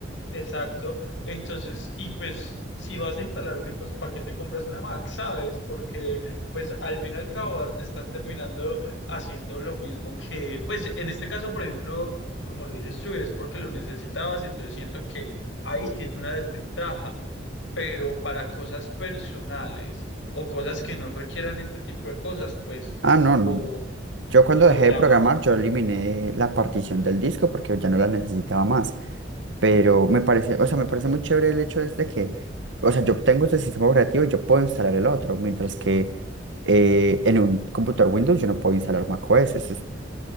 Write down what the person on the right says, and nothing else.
Ah, no,
no. Yo cuando
dejé
de programar,
yo eliminé la partición del disco porque ya no la necesitaba más. Pero me parece, o sea, me parece muy chévere el hecho es de que, o sea, yo tengo este sistema operativo y yo puedo instalar el otro, mientras que eh, en un computador Windows yo no puedo instalar macOS, eso es